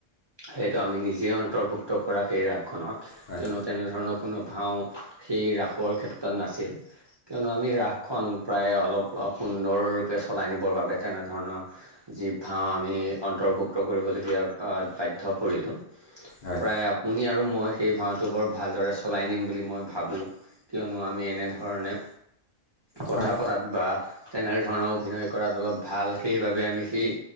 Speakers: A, on the right; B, on the left.
A: সেইটো আমি নিজেই অন্তৰ্ভুক্ত কৰা সেই ৰাস খনত
B: হয়
A: তেনেধৰণৰ কোনো ভাওঁ সেই ৰাসৰ ক্ষেত্ৰত নাছিল। কিয়নো আমি ৰাসখন প্ৰায় অলপ সুন্দৰৰূপে চলাই নিবৰ বাবে তেনেধৰণৰ যি ভাওঁ আমি অন্তৰ্ভুক্ত কৰিবলগীয়া বাধ্য পৰিলোঁ
B: হয়
A: প্ৰায় শুনি আৰু মই সেই ভাওঁটো বৰ ভালদৰে চলাই নিম বুলি মই ভাবোঁ। কিয়নো আমি এনেধৰণে কথা
B: হয়
A: পতাত বা তেনেধৰণৰ অভিনয় কৰাত অলপ ভাল সেইবাবে আমি সেই